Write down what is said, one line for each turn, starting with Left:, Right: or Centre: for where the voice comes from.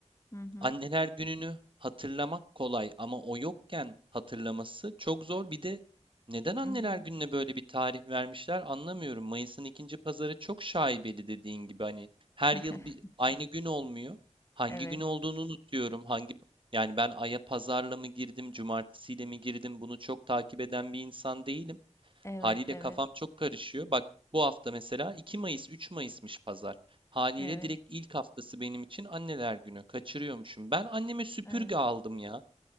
Left: Hı hı.
Right: Anneler gününü hatırlamak kolay ama o yokken hatırlaması çok zor. Bir de neden anneler
Left: Hı hı.
Right: gününe böyle bir tarih vermişler anlamıyorum. Mayıs'ın ikinci pazarı çok şaibeli dediğin gibi hani her
Left: <laughs>
Right: yıl bir aynı gün olmuyor. Hangi
Left: Evet.
Right: gün olduğunu unutuyorum. Hangi yani ben aya pazarla mı girdim, cumartesiyle mi girdim bunu çok takip eden bir insan değilim.
Left: Evet,
Right: Haliyle
Left: evet.
Right: kafam çok karışıyor. Bak bu hafta mesela 2 Mayıs, 3 Mayıs'mış pazar. Haliyle
Left: Evet.
Right: direkt ilk haftası benim için Anneler Günü. Kaçırıyormuşum. Ben anneme süpürge
Left: Evet.
Right: aldım ya.